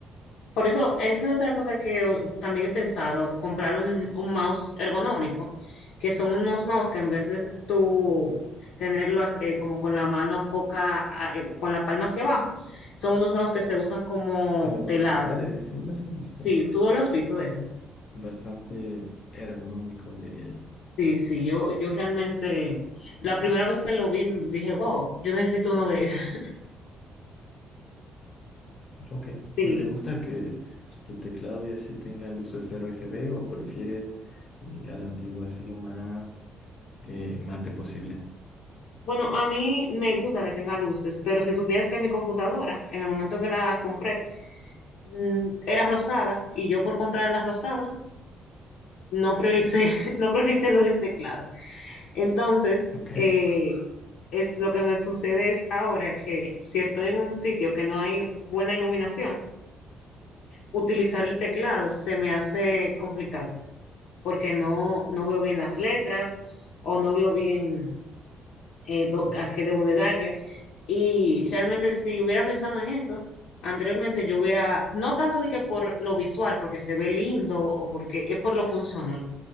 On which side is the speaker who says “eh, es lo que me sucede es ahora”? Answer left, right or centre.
Left